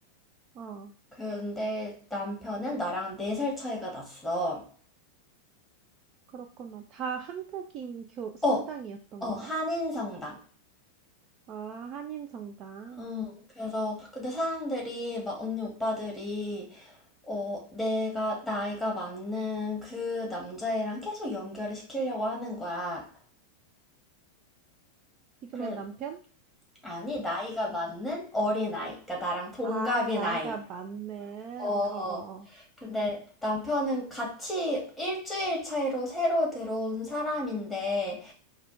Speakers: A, on the right; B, in the centre.
A: 어,
B: 근데 남편은 나랑 4살 차이가 났어.
A: 그렇구나. 다 한국인 교, 성당이었던
B: 어, 어,
A: 거야?
B: 한인성당.
A: 아, 한인 성당.
B: 응, 그래서, 근데 사람들이, 막, 언니, 오빠들이, 어, 내가, 나이가 맞는 그 남자애랑 계속 연결을 시키려고 하는 거야.
A: 지금의
B: 그래,
A: 남편?
B: 아니, 나이가 맞는 어린아이. 그러니까 나랑 동갑인
A: 아, 나이가
B: 아이.
A: 많은,
B: 어,
A: 어어어.
B: 근데 남편은 같이 일주일 차이로 새로 들어온 사람인데,